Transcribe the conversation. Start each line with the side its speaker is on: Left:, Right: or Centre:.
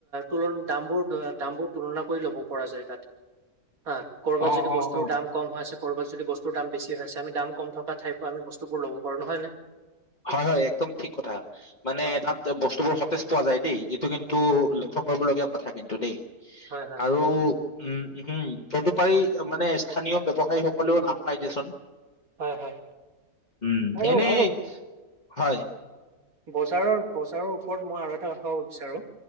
Right: তুলনা দামবোৰ, দামবোৰ তুলনা কৰি ল'ব পৰা যায় তাত। অহ। ক'ৰবাত
Left: অ',
Right: যদি
Left: অ',
Right: বস্তুৰ
Left: অ'।
Right: দাম কম হৈ আছে ক'ৰবাত যদি বস্তুৰ দাম বেছি আমি দাম কম থকাঠাইৰ পৰা আ বস্তুবোৰ ল'ব সৰু নহয় নে?
Left: হয়, হয়, একদম ঠিক কথা, মানে
Right: হয়
Left: তাত বস্তুবোৰ সতেজ পোৱা যায় দেই, এইটো কিন্তু লক্ষ্য কৰিবলগীয়া কথা কিন্তু দেই।
Right: হয় হয়
Left: আৰু উম, উম, তদুপাৰি মানে স্থানীয় ব্যৱসায়ীসকলেও লাভ পায় দেচোন।
Right: হয় হয়
Left: উম,
Right: আৰু
Left: এনেই
Right: আৰু
Left: হয়।
Right: বজাৰৰ, বজাৰৰ ওপৰত মই আৰু এটা কথা ক'ব বিচাৰো।